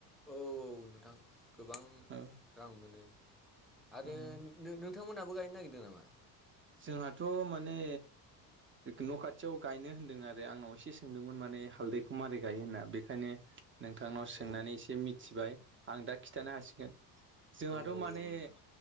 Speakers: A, in the centre; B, on the right.
A: औ औ नोंथां गोबां
B: औ
A: रां मोनो आरो
B: उम
A: <unintelligible> नोंथांमोनहाबो गायनो नागिरदों नामा।
B: जोंहाथ' माने। न' खाथियाव गायनो होन्दों आरो आंनाव एसे सोंदोंमोन माने हालदैखौ मारै गायो होनना बेखायनो। नोंथांनाव सोंनानै
A: औ
B: एसे मिथिबाय आं दा खिन्थानो हासिगोन। जोंहाथ'
A: औ औ
B: माने
A: औ नोंथां